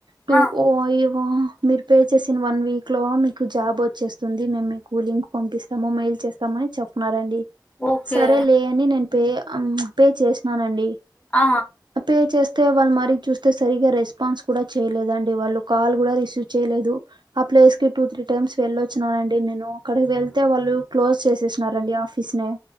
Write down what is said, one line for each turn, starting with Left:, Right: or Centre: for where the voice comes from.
Right: టూ
Left: ఆ
Right: ఓ ఇవో మీరు పే చేసిన వన్ వీక్ లో మీకు జాబ్ వచ్చేస్తుంది మేము మీకు లింక్ పంపిస్తాము మెయిల్ చేస్ తాం అని చెప్పినారండి
Left: ఓకే
Right: సరే లే అని నేను పే అం పే చేసినానండి
Left: ఆ
Right: పే చేస్తే వాళ్ళు మరీ చూస్ తే సరిగా రెస్పాన్స్ కూడా చెయ్లేదండి వాళ్ళు కాల్ గూడా రిసీవ్ చెయ్యలేదు ఆ ప్లేస్ కి టూ త్రీ టైమ్స్ వెళ్లోచ్చినానండి నేను అక్కడికి వెళ్తే వాళ్ళు క్లోజ్ చేసేసినారండి ఆఫ్ ఫిస్ నే